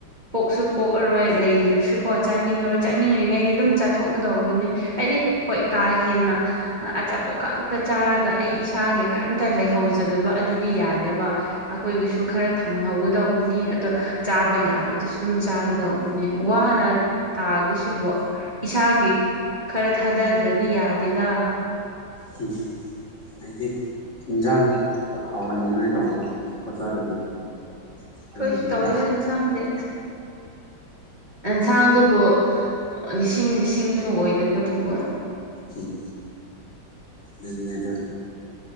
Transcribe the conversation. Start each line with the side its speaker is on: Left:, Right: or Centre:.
Right: ꯄꯣꯛꯁꯨ ꯄꯣꯛꯑꯔꯣꯏ
Left: ꯎꯝ
Right: ꯂꯩꯖ꯭ꯔꯁꯨ ꯍꯣ ꯆꯥꯅꯤꯡꯉꯔꯣ ꯆꯥꯅꯤꯡꯉꯔꯤꯉꯩꯗꯤ ꯑꯗꯨꯝ ꯆꯠꯊꯣꯛꯀꯗꯧꯕꯅꯤ ꯍꯥꯏꯗꯤ ꯍꯣꯏ ꯀꯥ ꯍꯦꯟꯅ ꯑꯆꯥꯄꯣꯠ ꯈꯛꯇ ꯆꯥꯔꯒ ꯑꯩ ꯏꯁꯥꯒꯤ ꯀꯩꯝꯇ ꯂꯩꯍꯧꯖꯗꯕ ꯑꯗꯨꯗꯤ ꯌꯥꯗꯦꯕ ꯑꯈꯣꯏꯒꯤꯁꯨ ꯈꯔ ꯊꯞ ꯎꯝ ꯍꯧꯒꯗꯧꯕꯅꯤ ꯑꯗꯣ ꯆꯥꯕ ꯌꯥꯕꯗꯨꯁꯨ ꯑꯗꯨꯝ ꯆꯥꯒꯗꯧꯕꯅꯤ ꯋꯥꯅ ꯇꯥꯕꯁꯤꯕꯨ ꯏꯁꯥꯒꯤ ꯈꯔ ꯊꯥꯗꯗ꯭ꯔꯗꯤ ꯌꯥꯗꯦꯗ
Left: ꯍꯝ ꯍꯥꯏꯗꯤ ꯏꯟꯖꯥꯡ ꯍꯥꯎꯍꯟꯅꯤꯡꯉꯥꯏ ꯇꯧꯕ ꯑꯇꯣꯛꯄ ꯆꯥꯗꯕꯤꯗ ꯑꯗꯨꯅꯅꯤꯗ
Right: ꯑꯈꯣꯏꯁꯨ ꯇꯧꯋꯦꯗ ꯑꯦꯟꯁꯥꯡꯗꯤ ꯑꯦꯟꯁꯥꯡꯗꯨꯕꯨ ꯂꯤꯁꯤꯡ ꯂꯤꯁꯤꯡꯁꯨ ꯑꯣꯏꯗꯕꯗꯨꯕꯨ
Left: ꯎꯝ ꯅꯪ ꯅꯦꯗ